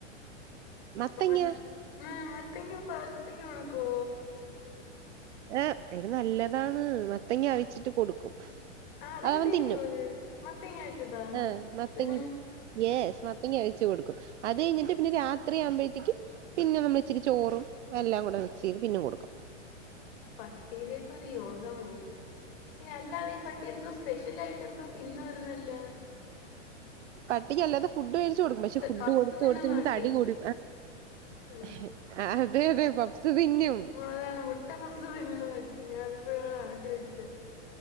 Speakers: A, on the right; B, on the left.
A: മത്തങ്ങ
B: ഉമ ഉം മത്തയ്ങ്ങ പച്ചക്ക് കൊടുക്കോ?
A: ഏഹ് എടീ നല്ലതാണ് മത്തങ്ങ അവിച്ചിട്ട് കൊടുക്കും.
B: ആഹ് അതൊക്ക
A: അതവൻ
B: തിന്നുവോ
A: തിന്നും
B: അത്. മത്തങ്ങ വച്ചതാ.
A: ആഹ് മത്തങ്ങ
B: ഉം.
A: യെസ് മത്തങ്ങ വെച്ചു കൊടുക്കും. അത് കഴിഞ്ഞിട്ട് പിന്നെ രാത്രിയാവുമ്പോഴത്തേക്ക് പിന്നെ നമ്മള് ഇച്ചിരി ചോറും എല്ലാം കൂടെ മിക്സ് ചെയ്ത് പിന്നെയും കൊടുക്കും.
B: പട്ടിയിടെയൊക്ക ഒരു യോഗമേ. എടീ അല്ലാതെ ഈ പട്ടി എന്തോ സു സ്പെഷ്യൽ ആയിട്ട് എന്തോ തിന്നുവായിരുന്നല്ല?
A: പട്ടിക്ക് അല്ലാതെ ഫുഡ് മേടിച്ചു കൊടുക്കും. പക്ഷെ ഫുഡ്
B: പഫ്സ്
A: കൊടുത്ത്
B: തിന്നുന്ന
A: കൊടുത്ത് പിന്നെ
B: പട്ടി
A: തടി കൂടി
B: ആ
A: ഏഹ് അതെ അതെ പഫ്സ് തിന്നും.
B: അതാണ് മുട്ട പഫ്സ് തിന്നുന്ന <unintelligible> ഞാനിപ്പഴാണ് ആലോചിച്ചേ.